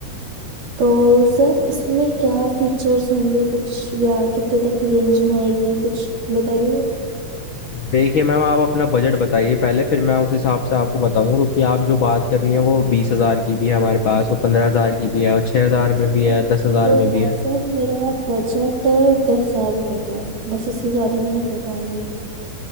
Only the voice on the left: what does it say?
देखिए मैम आप अपना बजट बताइए पहले फिर मैं उस हिसाब से आपको बताऊंगा क्योंकि आप जो बात कर रही हैं वो बीस हजार की भी है हमारे पास वो पंद्रह हजार की भी है और छह हजार में भी है
दस हजार
में भी है